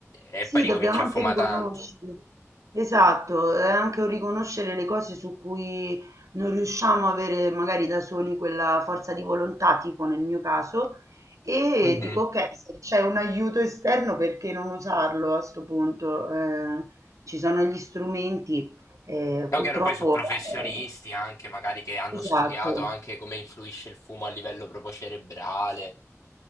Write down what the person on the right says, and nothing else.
sì,
dobbiamo
anche
riconoscere.
Esatto, è anche un riconoscere le cose su cui non riusciamo a avere magari da soli quella forza di volontà, tipo nel mio caso, e
dico ok, se c'è un aiuto esterno, perché non usarlo a sto punto? Eh, ci sono gli strumenti, eh,
purtroppo,
eh,
esatto.